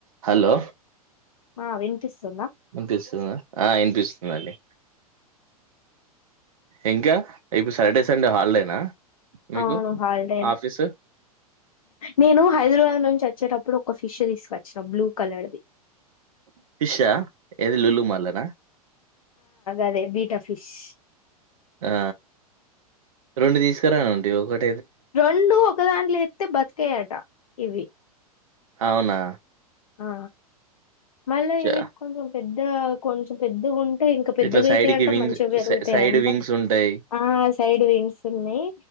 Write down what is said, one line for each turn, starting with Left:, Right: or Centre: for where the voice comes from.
Right: Hello
Left: ఆ వినిపిస్తుంద
Right: వినిపిస్తుందా ఆ వినిపిస్తుందండి ఇంకా ఇప్పు సాటర్డే సండే హాలిడేనా మీకు
Left: అవును హాల్డేనే
Right: ఆఫీసు
Left: నేను హైదరాబాద్ నుంచి వచ్చేటప్పుడు ఒక ఫిష్ తీసుకుొచ్చిన బ్లూ కలర్ది
Right: ఫిష్ ఆ ఏది లుమళనా
Left: అదే బీటా ఫిష్
Right: ఆ రెండు తీసుకురానుండి ఒకటి
Left: రెండు ఒకదాంట్లో అే బతికాయట ఇవి
Right: అవునా
Left: ఆ మళ్విటి
Right: చ-
Left: కొంచ పెద్ద కొంచెం పెద్దగా ఉంటే ఇంకా పెద్దగా
Right: ఇట్లా
Left: అయితాయింట
Right: సైడ్ కి వింగ్స్
Left: మంచిగా పెరుగుతాయింట
Right: సైడ్ వింగ్స్ ఉంటాయి
Left: ఆ సైడ్ వింగ్స్ ఉన్నాయి